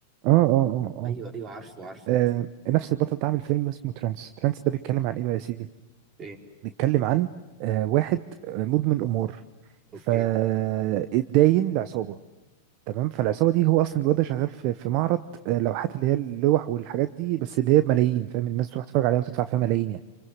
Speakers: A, on the right; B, on the right.
A: اه اه اه
B: ايوه
A: اه
B: ايوه عارفه عارفه
A: آه، نفس البطل ده عامل فيلم اسمه ترانس ترانس ده بيتكلم عن ايه بقى يا سيدي
B: ايه
A: بيتكلم عن آه، واحد آه، مدمن امور
B: اوكي
A: فاتداين
B: اه
A: لعصابة تمام فالعصابه دي هو اصلا الواد ده شغال في في معرض آه، لوحات اللي هي اللوح والحاجات دي بس اللي هي بملايين فاهم الناس تروح تتفرج عليها وتدفع فيها ملايين يعني